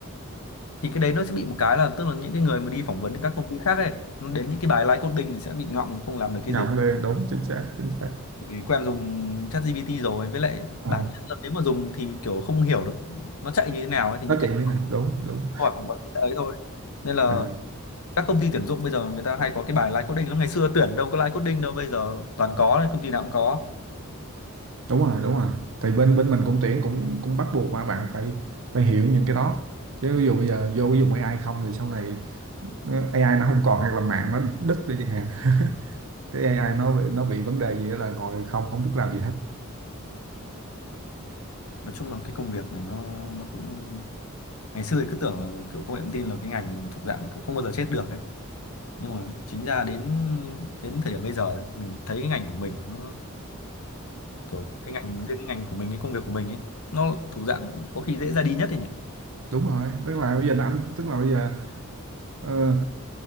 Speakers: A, on the left; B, on the right.
A: thì cái đấy nó sẽ bị một cái là tức là những cái người mà đi phỏng vấn các công ty khác ấy nó đến những cái bài live coding thì sẽ bị ngọng không làm
B: <laughs>
A: được cái
B: Ngậm
A: gì
B: lên đúng chính xác, chính xác.
A: vì quen dùng ChatGPT rồi với lại
B: À,
A: bản Ừ. thân là nếu mà dùng thì kiểu không hiểu được nó chạy như thế nào ấy thì những
B: nó
A: cái
B: chạy lên nè, đúng, đúng.
A: câu hỏi phỏng vấn ấy thôi nên là
B: À,
A: các công ty tuyển dụng bây giờ người ta hay có cái bài live coding lắm ngày xưa tuyển đâu có live coding đâu bây giờ toàn có công ty nào cũng có
B: đúng rồi, đúng rồi. Thì bên bên mình cũng tuyển cũng cũng bắt buộc mà bạn phải phải hiểu những cái đó. Chứ ví dụ bây giờ vô dùng AI không thì sau này nó- AI nó không còn hoặc là mạng nó đứt đi chẳng hạn. Cái AI nó bị- nó bị vấn đề gì đó là ngồi không không biết làm gì hết.
A: nói chung là cái công việc này nó nó cũng ngày xưa thì cứ tưởng là kiểu công nghệ thông tin là cái ngành thuộc dạng kiểu không bao giờ chết được ấy nhưng mà chính ra đến đến thời điểm bây giờ ấy, mình thấy cái ngành của mình nó kiểu cái ngành riêng cái ngành của mình cái công việc của mình ấy nó thuộc dạng có khi dễ ra đi nhất ấy nhỉ
B: Đúng rồi, tức là bây giờ nó ảnh tức là bây giờ Ờ,